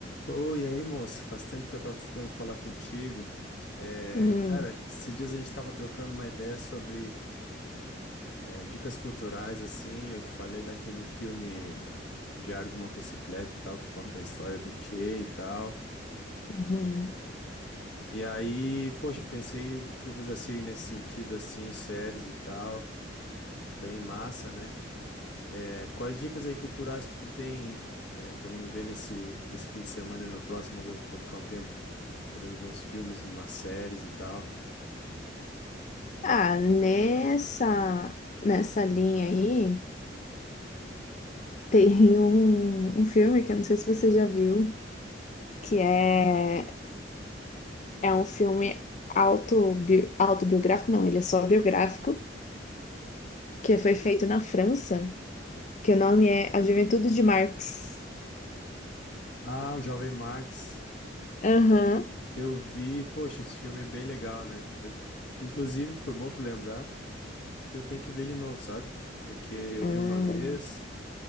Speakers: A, on the left; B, on the left.
A: Oi, e aí, moço? Faz tempo que eu tava tentando falar contigo. É,
B: Hum,
A: cara, esses dias a gente tava trocando uma ideia sobre é, dicas culturais, assim. Eu te falei daquele filme Diário de Motocicleta e tal, que conta a história do Che e tal.
B: uhum.
A: E aí, poxa, pensei em filmes assim, nesse sentido, assim, séries e tal. Bem massa, né? É, quais dicas aí culturais que tu tem é, pra mim ver nesse, nesse fim de semana e no próximo, aí que eu vou ficar um tempo podendo ver uns filmes, umas séries e tal?
B: Ah, nessa, nessa linha aí, <laughs> tem um, um filme que eu não sei se você já viu, que é, é um filme autobi, autobiográfico, não, ele é só biográfico, que foi feito na França, que o nome é A Juventude de Marx.
A: Ah, o Jovem Marx.
B: Aham.
A: Eu vi, poxa, esse filme é bem legal, né? Eu, inclusive, foi bom tu lembrar que eu tenho que ver de novo, sabe? Porque eu
B: Hum.
A: vi uma vez